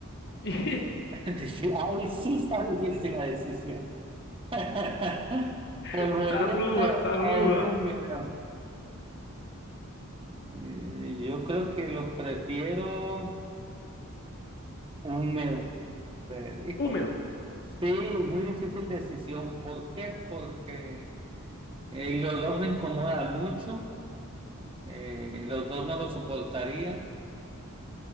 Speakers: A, on the left (about 50°); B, on the right (about 25°).
A: <laughs>
B: <laughs> difí- ahí sí está difícil la decisión. <laughs> Polvoriento
A: Está ruda, está ruda.
B: o húmedo. Eh, yo creo que lo prefiero. Húmedo. De, híjole.
A: Húmedo.
B: Sí, muy difícil decisión. ¿Por qué? Porque eh, los dos me incomodan mucho, eh, los dos no lo soportaría,